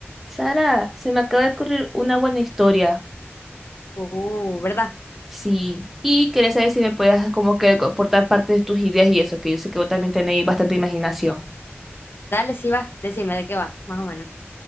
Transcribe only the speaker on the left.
Uh, ¿verdad?
Dale, sí va. Decime de qué va, más o menos.